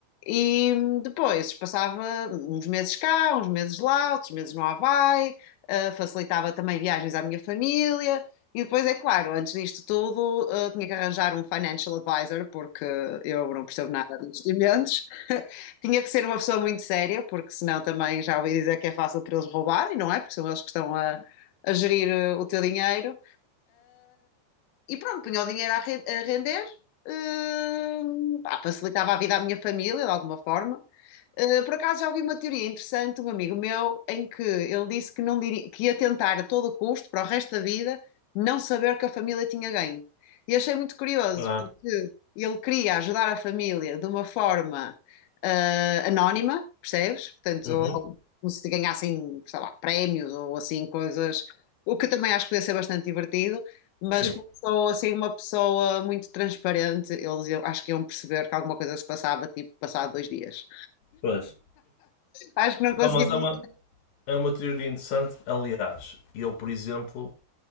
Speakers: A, on the left; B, on the left.
A: E depois passava uns meses cá, uns meses lá, outros meses no Havaí, ah, facilitava também viagens à minha família, e depois, é claro, antes disto tudo, eh, tinha que arranjar um financial advisor, porque eu não percebo nada de investimentos. <laughs> Tinha que ser uma pessoa muito séria, porque senão também já ouvi dizer que é fácil para eles roubarem, não é? Porque são eles que estão a, a gerir eh, o teu dinheiro. E pronto, punha o dinheiro a, ren- a render, eh, pá, facilitava a vida à minha família, de alguma forma. Uh, por acaso já ouvi uma teoria interessante de um amigo meu em que ele disse que, não diria, que ia tentar a todo custo, para o resto da vida, não saber que a família tinha ganho. E achei muito curioso,
B: Ah,
A: porque ele queria ajudar a família de uma forma uh, anónima, percebes? Portanto,
B: uhum.
A: ou- como se ganhassem, sei lá, prémios ou assim, coisas, o que também acho que podia ser bastante divertido, mas
B: Sim,
A: começou assim uma pessoa muito transparente, eles iam- acho que iam perceber que alguma coisa se passava, tipo, passado dois dias.
B: pois.
A: Acho que não conseguimos.
B: Não, mas é uma, é uma teoria interessante, aliás. E eu, por exemplo,